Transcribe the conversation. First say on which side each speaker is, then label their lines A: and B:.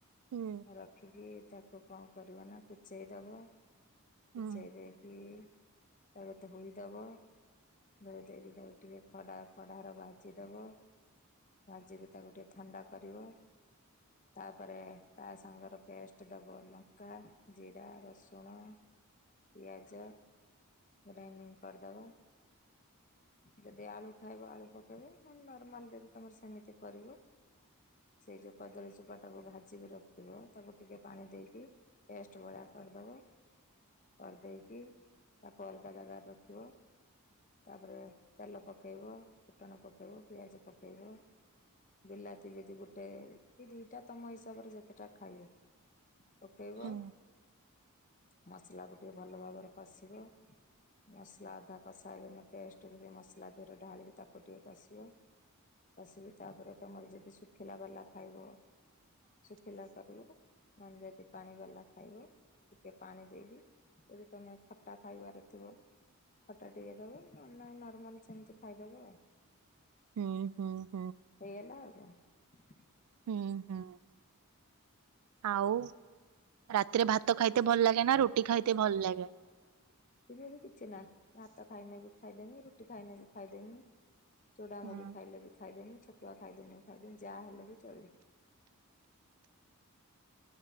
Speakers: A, on the right (about 80°); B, on the left (about 35°).
A: ହୁଁ
B: ରଖିକି ତାକୁ କଣ କରିବ ନା କୁଚେଇଦବ କୁଚେଇ
A: ହୁଁ
B: ଦେଇକି ତାପରେ ତାକୁ ଧୋଇଦବ। ଧୋଇ ଦେଇକି ତାକୁ ଟିକେ ଖଡା କଡ଼ାର ଭାଜି ଦବ ଭାଜିକି ତାକୁ ଟିକେ ଥଣ୍ଡା କରିବ ତାପରେ ତା ସାଙ୍ଗର ପେଷ୍ଟ ଦବ ଲଙ୍କା, ଜିରା, ରସୁଣ, ପିଆଜ ଗ୍ରାଇଣ୍ଡିଙ୍ଗ କରିଦବ। ଯଦି ଆଳୁ ଖାଇବ ଆଳୁ ପକେଇବ ନହେଲେ ନର୍ମାଲ ଯେମିତି ବି ତମର ସେମିତି କରିବ ସେଇ ଯୋଉ କଦଳୀ ଚୋପା ଟାକୁ ଭାଜିକି ରଖିଥିବ ତାକୁ ଟିକେ ପାଣି ଦେଇକି ପେଷ୍ଟ ଭଳିଆ କରିଦବ କରିଦେଇକି ତାକୁ ଅଲଗା ଜାଗାରେ ରଖିବ। ତାପରେ ତେଲ ପକେଇବ ଫୁଟଣ ପକେଇବ ପିଆଜ ପକେଇବ ବିଲାତି ଯଦି ଗୋଟେ କି ଦିଟା ତମ ହିସାବରେ ଯେତେଟା ଖାଇବ ପକେଇବ।
A: ହୁଁ
B: ମସଲା କୁ ଟିକେ ଭଲ ଭାବରେ କଷିବ ମସଲା ଅ କଷା ହେଇଗଲା ପେଷ୍ଟ ଟିକେ ମସଲା ଦେହରେ ଢାଳିକି ତାକୁ ଟିକେ କଷିବ କଷିକି ତାପରେ ତମର ଯଦି ଶୁଖିଲା ବାଲା ଖାଇବ ଶୁଖିଲା କରିବ। ନନଭେଜ ପାଣି ବାଲା ଖାଇବେ ଟିକେ ପାଣି ଦେଇବି ଯଦି ତମେ ଖଟା ଖାଇବାରେ ଥିବ ଖଟା ଟିକେ ଦବ ନ ହେଲେ ନାଇ ନର୍ମାଲ ସେମିତି ଖାଇଦେବ ଆଉ।
A: ହୁଁ ହୁଁ
B: ହେଇଗଲା। <unintelligible>
A: ହୁଁ ହୁଁ ଆଉ ରାତିରେ ଭାତ ଖାଇତେ ଭଲ ଲାଗେ ନା ରୁଟି ଖାଇତେ ଭଲ ଲାଗେ।
B: <unintelligible> ବି କିଛି ନାହିଁ ଭାତ ଖାଇନେ ବି ଖାଇଦେମି ରୁଟି ଖାଇନେ ବି ଖାଇଦେମି। ଚୁଡ଼ା
A: ହୁଁ
B: ମୁଢି ଖାଇଲେ ବି ଖାଇଦେମୀ। ଛତୁଆ ଖାଇଦେ ମୁ ଖାଇଦେମି ଯାହା ହେଲେ ବି ଚଳିବ।